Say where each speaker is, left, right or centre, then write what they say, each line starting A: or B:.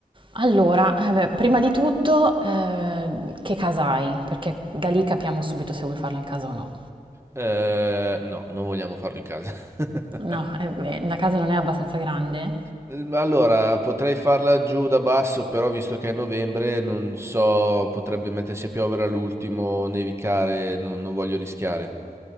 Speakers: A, on the right (about 35°); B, on the right (about 20°).
A: Allora, eh beh, prima di tutto, eh, che casa hai? Perché da lì capiamo subito se vuoi farlo in casa o no.
B: Eh, no, non vogliamo farlo in casa. <laughs>
A: No, eh beh, la casa non è abbastanza grande?
B: Ehm, Allora, potrei farla giù da basso, però visto che è novembre, non so, potrebbe mettersi a piovere all'ultimo, nevicare, non, non voglio rischiare.